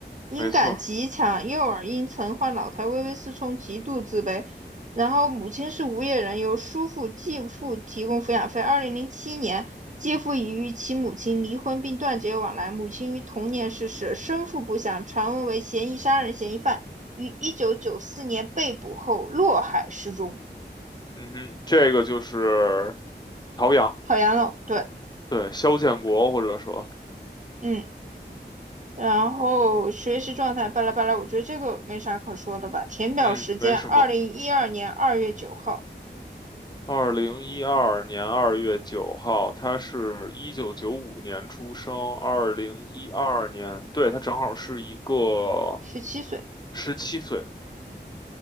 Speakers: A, on the right; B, on the left.
A: 音感极强，
B: 没错儿
A: 右耳因曾患老态微微失聪，极度自卑。然后母亲是无业人，由叔父、继父提供抚养费。二零零七年，继父已与其母亲离婚并断绝往来。母亲于同年逝世，生父不详，传闻为嫌疑杀人嫌疑犯，于一九九四年被捕后落海失踪。
B: 嗯哼，这个就是陶阳，
A: 讨厌了，对，
B: 对，肖建国或者说，
A: 嗯。然后学习状态巴拉巴拉，我觉得这个没啥可说的吧。填表时间二零一二年二月九号，
B: 嗯，没什么。二零一二年二月九号，他是一九九五年出生，二零一二年，对，他正好是一个
A: 十七岁。
B: 十七岁，